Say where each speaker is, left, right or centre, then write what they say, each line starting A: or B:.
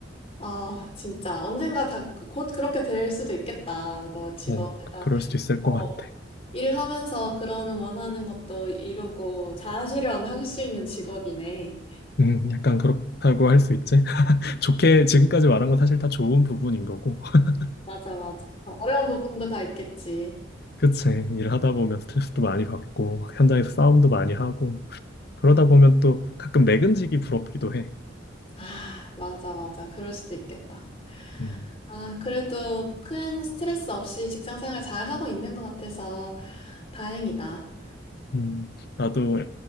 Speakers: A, on the left; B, on the left.
A: 아, 진짜 언젠가 다 곧 그렇게 될 수도 있겠다. 너 직업에다
B: 어, 그럴 수도 있을
A: 어,
B: 것 같아.
A: 일하면서 그러는 원하는 것도 이루고 자아실현 할 수 있는 직업이네.
B: 음, 약간 그렇다고 할 수 있지. <laughs> 좋게 지금까지 말한 건 사실 다 좋은 부분인 거고. <laughs>
A: 맞아, 맞아. 어려운 부분도 다 있겠지.
B: 그치. 일하다 보면 스트레스도 많이 받고, 막 현장에서 싸움도 많이 하고, 그러다 보면 또 가끔 내근직이 부럽기도 해.
A: 아, 맞아, 맞아. 그럴 수도 있겠다.
B: 음,
A: 아, 그래도 큰 스트레스 없이 직장 생활 잘 하고 있는 것 같아서 다행이다.
B: 음, 나도